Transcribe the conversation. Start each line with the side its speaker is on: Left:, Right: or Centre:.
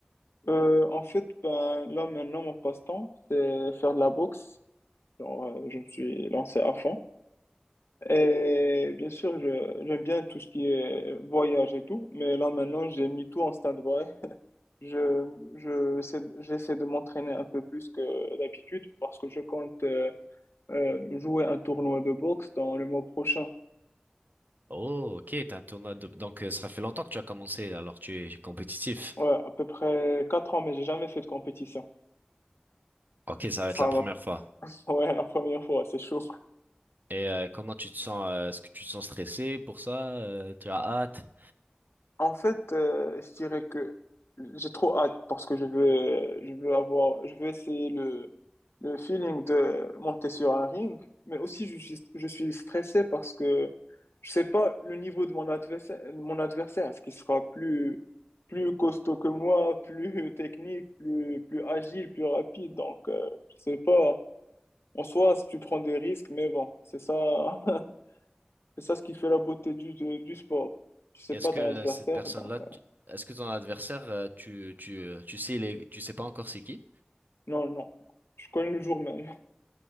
Left: Euh, en fait, ben, là maintenant, mon passe-temps, c'est faire de la boxe. Genre, euh, je me suis lancé à fond. Et bien sûr, je- j'aime bien tout ce qui est voyage et tout, mais là maintenant, j'ai mis tout en stand-by. Je, je, sais- j'essaie de m'entraîner un peu plus que d'habitude parce que je compte euh, euh, jouer un tournoi de boxe dans le mois prochain.
Right: Oh, ok, t'as un tournoi de... Donc, euh, ça fait longtemps que tu as commencé, alors tu es compétitif.
Left: Ouais, à peu près 4 ans, mais j'ai jamais fait de compétition.
Right: Ok, ça va
Left: Ça
Right: être
Left: sera
Right: la première
Left: ma-
Right: fois.
Left: <laughs> Ouais, la première fois, c'est chaud.
Right: Et euh, comment tu te sens? euh, Est-ce que tu te sens stressé pour ça? Euh, tu as hâte?
Left: En fait, euh, je dirais que j'ai trop hâte parce que je veux, je veux avoir, je veux essayer le, le feeling de monter sur un ring, mais aussi je suis, je suis stressé parce que je sais pas le niveau de mon adversaire, mon adversaire, ce qui sera plus, plus costaud que moi, plus <laughs> technique, plus, plus agile, plus rapide. Donc, euh, je sais pas. En soi, si tu prends des risques, mais bon, c'est ça, <laughs> c'est ça ce qui fait la beauté du, du, du sport. Tu sais
Right: Est-ce
Left: pas
Right: que
Left: ton
Right: euh,
Left: adversaire,
Right: cette personne-là,
Left: donc. euh,
Right: tu- est-ce que ton adversaire, euh, tu, tu, euh, tu sais, il est... tu sais pas encore c'est qui?
Left: Non, non. Je connais le jour même.